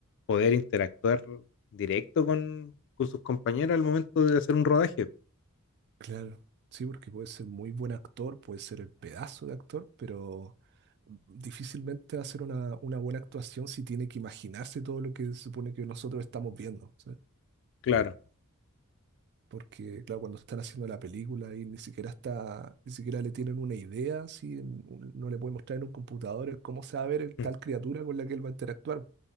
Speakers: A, on the left; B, on the right.
A: poder interactuar directo con, con sus compañeros al momento de hacer un rodaje.
B: Claro, sí, porque puede ser muy buen actor, puede ser el pedazo de actor, pero difícilmente va a ser una, una buena actuación si tiene que imaginarse todo lo que se supone que nosotros estamos viendo, ¿sabes?
A: Claro.
B: Porque, claro, cuando están haciendo la película y ni siquiera está, ni siquiera le tienen una idea, si no le pueden mostrar en un computador cómo se va a ver el- tal
A: Mm,
B: criatura con la que él va a interactuar.